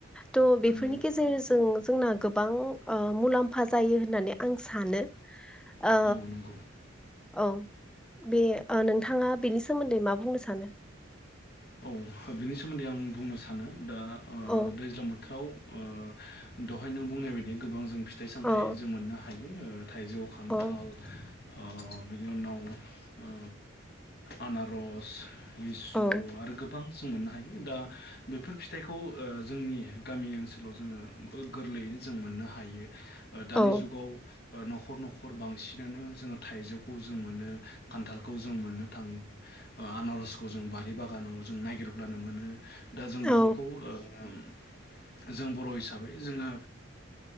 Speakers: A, in the centre; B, on the left.
A: थ' बेफोरनि
B: नंगौ
A: गेजेरजों जोंना गोबां ओ मुलाम्फा जायो होननानै आं सानो। आ
B: औ नंगौ
A: औ बे ओ नोंथाङा बेनि सोमोन्दै मा बुंनो सानो?
B: औ बिनि सोमोन्दै आं बुंनो सानो दा ओ
A: औ
B: दैज्लां बोथोराव ओ दहाय नों बुंनाय बायदि गोबां जों फिथाइ सामथाइ
A: औ
B: जों मोननो हा यो ओ थाइजौ, खान्थाल
A: औ
B: आ बिनि उनाव आ आनारस लिसु
A: औ
B: बां जों मोननो हायो दा बेफोर फिथाइखौ ओ जोंनि गामि ओनसोलाव जोङो गोरलैयैनो जों मोननो हायो। दानि
A: औ
B: जुगाव न'खर न'खर नखर बांसिनानो जोङो थाइजौखौ जों मोनो। खान्थालखौ जों मोननो थाङो। आनारसखौ जों बारि बा बागानाव जों नागिरब्लानो मोनो। दा जों बेफोरखौ
A: औ
B: ओ उम जों बर' हिसाबै जोङो